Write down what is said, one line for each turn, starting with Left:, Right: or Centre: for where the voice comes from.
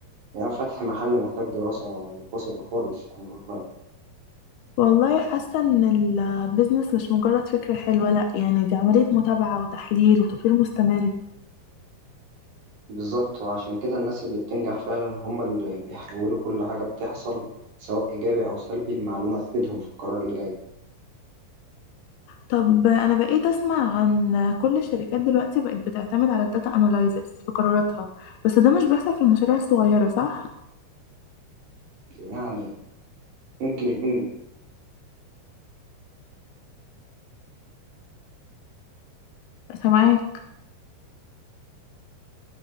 Right: يعني فتح محل محتاج دراسة منفصلة خالص عن الأونلاين
Left: والله حاسة إن البيزنس مش مجرد فكرة حلوة لأ يعني دي عملية متابعة وتحليل وتطوير مستمر
Right: بالظبط وعشان كده الناس اللي بتنجح فعلا هم اللي بيحولوا كل حاجة بتحصل سواء إيجابي أو سلبي المعلومة تفيدهم في القرار اللي جاي
Left: طب أنا بقيت أسمع عن كل الشركات دلوقتي بقت بتعتمد على الداتا أنالايزس في قراراتها بس ده مش بيحصل في المشاريع الصغيرة صح؟
Right: يعني ممكن يكون
Left: سامعاك